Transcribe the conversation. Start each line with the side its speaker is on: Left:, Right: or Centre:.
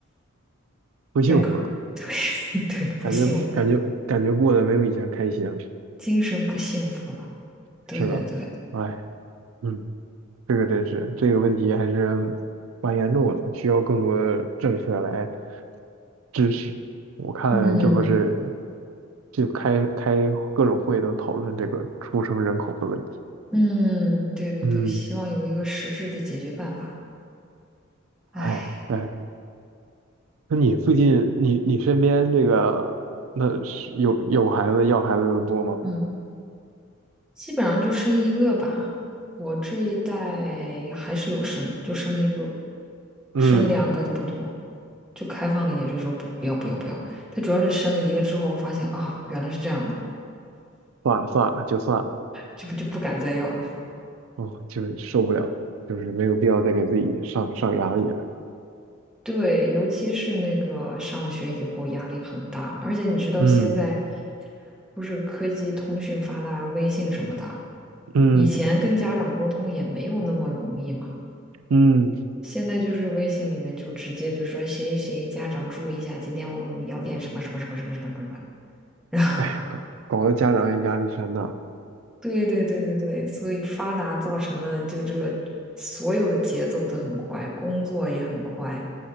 Right: 不幸福了，
Centre: 人口 <laughs> 对对不幸福，
Right: 感觉感觉感觉过得没有以前开心了。
Centre: 精神不幸福了。对对对，
Right: 是的，哎，嗯。这个真是这个问题还是蛮严重的，需要更多的政策来支持。我看这不是
Centre: 嗯。
Right: 就开开各种会都讨论这个出生人口的问题。
Centre: 嗯，对对对，
Right: 嗯，
Centre: 希望有一个实质的解决办法。唉，
Right: 哎哎，那你附近你你身边这个那是有有孩子要孩子的多吗？
Centre: 嗯，基本上就生一个吧。我这一代还是有生，就生一个，
Right: 嗯，
Centre: 生两个的不多，就开放了，也就说不不要不要不要。他主要是生了一个之后，发现啊，原来是这样的，
Right: 算了算了，就算了，
Centre: 就不就不敢再要了。
Right: 哦，就是受不了，就是没有必要再给自己上上压力了。
Centre: 对，尤其是那个上学以后压力很大，而且你知道现在
Right: 嗯
Centre: 不是科技通讯发达，微信什么的。
Right: 嗯
Centre: 以前跟家长沟通也没有那么容易嘛，
Right: 嗯。
Centre: 现在就是微信里面就直接就说谁谁家长注意一下，今天我们要练什么什么什么什么什么什么。<laughs> 然后，
Right: 哎，搞搞得家长也压力山大，
Centre: 对对对对对，所以发达造成了就这个所有的节奏都很快，工作也很快，